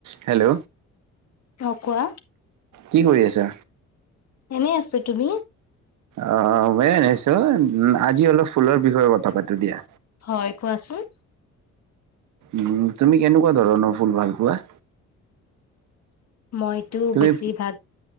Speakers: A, on the right; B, on the left.
A: 'Hello.
B: অ কোৱা।
A: কি কৰি আছা।
B: এনেই আছো তুমি।
A: অঁ অঁ। মই এনেই আছোঁ আজি অলপ ফুলৰ বিষয়ে কথা পাতো দিয়া।
B: হয় কোৱাচোন।
A: ওম তুমি কেনেকুৱা ধৰণৰ ফুল ভাল পোৱা?
B: মইতো
A: তুমি
B: বেছি ভাগ